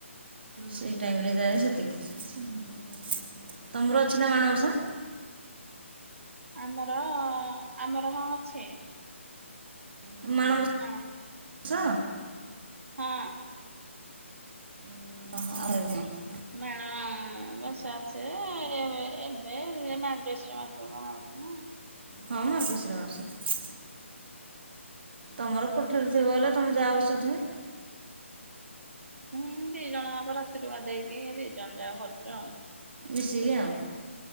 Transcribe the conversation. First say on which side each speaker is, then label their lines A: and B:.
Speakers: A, on the right (about 80°); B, on the right (about 50°).
A: ହୁଁ
B: ସେ ଟାଇମରେ ଯାଏ ସେତିକି। ତମର ଅଛି ନା ମାଣବସା।
A: ଆମର ଆମର ହଁ ଅଛି।
B: ତ ମାନ। <inaudible>
A: ମାଣ
B: ହ। <inaudible>
A: ହଁ।
B: ହ ଆ। <unintelligible>
A: ମାଣବସା ଅଛି ଏ ଏ ମାର୍ଗଶିର ମାସ ରେ ମାଣଵସା ନା।
B: ହଁ ମାର୍ଗଶିର ମାସରେ। ତମର କୋଠରେ ଥିବ ବଲେ ତମେ ଯାହା ଔଷଧ ହ।
A: ହୁଁ ଦି ଜଣ ଆକ ରାତି ଗାଧେଇକି ଦି ଜଣ ଯାକ କରଛ ଆଉ।
B: ମିଶିକି
A: ଶ
B: ଆଉ